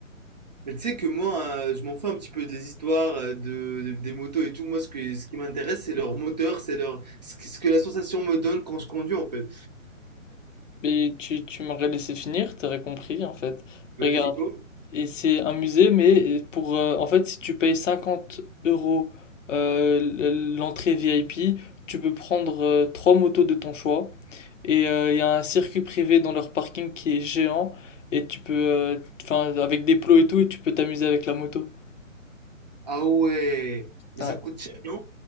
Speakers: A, on the right; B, on the left.
A: Mais tu sais que moi, euh, je m'en fous un petit peu des histoires euh, de, de- des motos et tout. Moi, ce que, ce qui m'intéresse, c'est leur moteur, c'est leur, ce, que ce que la sensation me donne quand je conduis, en fait.
B: Mais tu, tu m'aurais laissé finir, t'aurais compris en fait.
A: Vas-y,
B: Regarde,
A: go.
B: et c'est un musée, mais pour euh, en fait, si tu payes 50 euros euh, l- l'entrée VIP, tu peux prendre euh, trois motos de ton choix. Et euh, il y a un circuit privé dans leur parking qui est géant. Et tu peux, euh, enfin, avec des plots et tout, et tu peux t'amuser avec la moto.
A: Ah ouais. Mais
B: Ouais.
A: ça coûte cher, non?